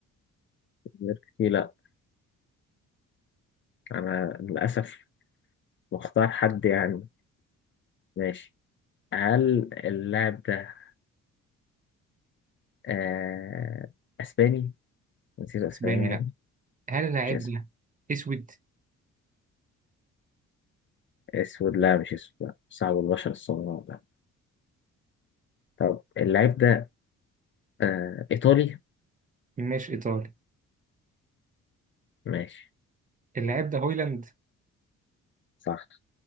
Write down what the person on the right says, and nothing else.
اسباني
لا هل اللاعب
ده اسود
مش ايطالي
اللاعب ده هويلاند